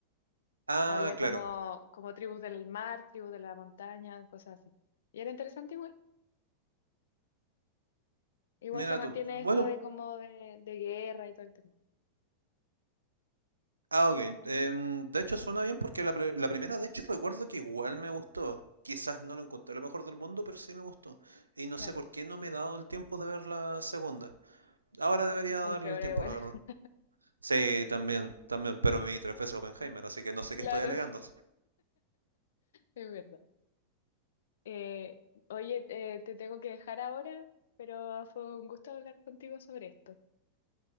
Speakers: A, on the right; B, on the left.
A: Ah,
B: Había
A: claro.
B: como, como tribus del mar, tribus de la montaña, cosas así. Y era interesante igual. Igual
A: Mira
B: se mantiene
A: tú. Bueno,
B: esto de como de, de guerra y todo el tema.
A: ah, ok. Em, de hecho, suena bien porque la, pre- la primera, de hecho, recuerdo que igual me gustó. Quizás no lo encontré lo mejor del mundo, pero sí me gustó. Y no
B: Claro,
A: sé por qué no me he dado el tiempo de ver la segunda. Ahora debería
B: porque son
A: darle
B: tres
A: el
B: horas
A: tiempo,
B: igual.
A: la verdad.
B: <laughs>
A: Sí, también, también, pero me vi tres veces Oppenheimer, así que no sé
B: Claro,
A: qué estoy alegando.
B: sí, es verdad. Eh, oye, eh, te tengo que dejar ahora, pero fue un gusto hablar contigo sobre esto.